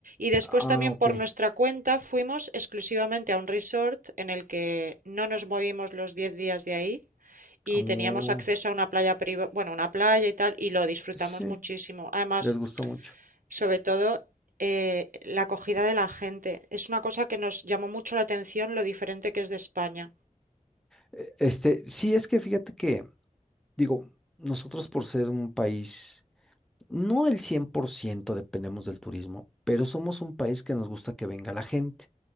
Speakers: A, on the right (about 80°); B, in the centre.
A: Y después
B: Ah,
A: también
B: ok.
A: por nuestra cuenta fuimos exclusivamente a un resort en el que no nos movimos los 10 días de ahí y
B: Oh,
A: teníamos acceso a una playa priva- bueno, una playa y tal, y lo disfrutamos
B: sí,
A: muchísimo. Además,
B: les gustó mucho.
A: sobre todo, eh, la acogida de la gente. Es una cosa que nos llamó mucho la atención lo diferente que es de España.
B: E- Este, sí, es que fíjate que, digo, nosotros por ser un país, no el 100% dependemos del turismo, pero somos un país que nos gusta que venga la gente,